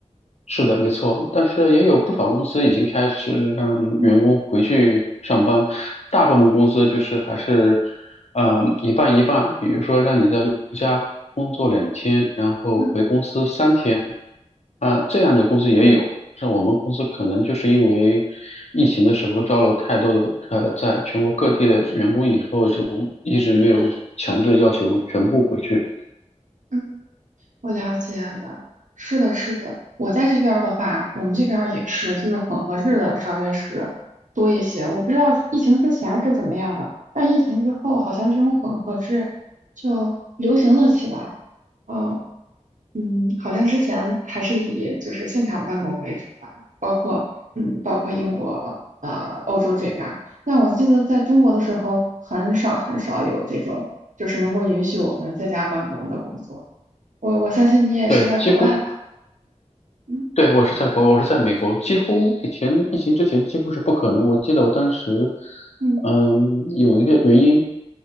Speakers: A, on the left; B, on the right.
A: 是的，没错，但是也有不少公司已经开始让员工回去上班，
B: 嗯
A: 大部分公司就是还是，嗯，一半一半，比如说让你在家工作两天，然后回公司三天，
B: 嗯
A: 啊、这样的公司也有，像我们公司可能就是因为疫情的时候招了太多的呃，在全国各地的员工以后，就一直没有强制要求全部回去。
B: 嗯，我了解了。是的，是的。我在这边儿的话，我们这边儿也是，就是混合制的稍微是多一些。我不知道疫情之前是怎么样的，但疫情之后，好像这种混合制就流行了起来。嗯嗯，好像之前还是以就是现场办公为主吧，包括嗯，包括英国、呃，欧洲这边儿。但我记得在中国的时候，很少很少有这种就是能够允许我们在家办公的工作。我我相信你也是在国外吧？
A: 对，几乎
B: 嗯
A: 对，我是在国外，我是在美国，几乎以前疫情之前几乎是不可能。我记得我当时，
B: 嗯。
A: 嗯，有一个原因，